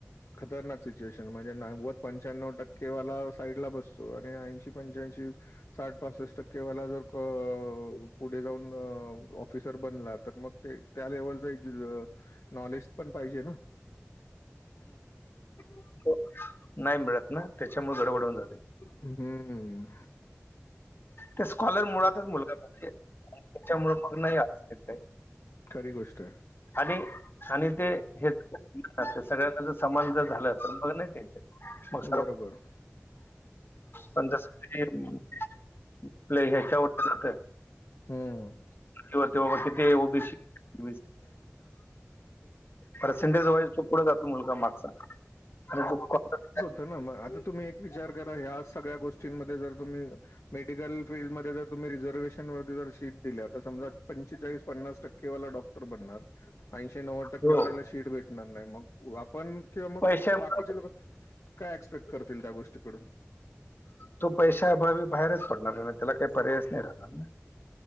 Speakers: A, on the left (about 70°); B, on the left (about 45°).
A: खतरनाक सिच्युएशन- म्हणजे नागवत पंचानऊ टक्के वाला साईड ला बसतो आणि ऐंशी पंच्याशी- साठ पासष्ट टक्केवाला जर का पुढे जाऊन, ऑफिसर बनला तर मग- ते त्या लेवल- <unintelligible> नॉलेज पण पाहिजे ना. <inaudible>
B: तो नाही मिळत ना त्याच्यामुळे गडबड होऊन जाते.
A: हम्म
B: ते स्कॉलर मुळातच मुलगा <unintelligible> त्याच्यामूळ <unintelligible>
A: खरी गोष्ट आहे.
B: आणि आणि ते हे सगळ्यांनाच समान जर झालं तर मग नाही टेन्शन. मग सर्व
A: बरोबर
B: पण जसं ते ह्याच्यावर जात-
A: हम्म
B: किंवा ते असतात ते O B C <inaudible> percentage wise तो पुढे जातो मुलगा मागचा आणि फक्त-
A: ठरवा मग आता तुम्ही एक विचार करा, ह्या सगळ्या गोष्टींमध्ये जर तुम्ही- मेडिकल फील्डमध्ये जर तुम्ही रिझर्वशन वरती जर शीट दिल्या, तर समजा पंचेचाळीस पन्नास टक्के टक्केवाला डॉक्टर बनणार, आयंशी नऊव्वद
B: हो
A: टक्केवाल्याला शीट भेटणार नाही मग आपण किंवा मग
B: पैशामुळे
A: बाकीच्या लोक काय एक्सपेक्ट करतील त्या गोष्टीकडून.
B: तो पैशाअभावी बाहेरच पडणार आहे त्याला काही पर्यायचं नाही राहणार ना.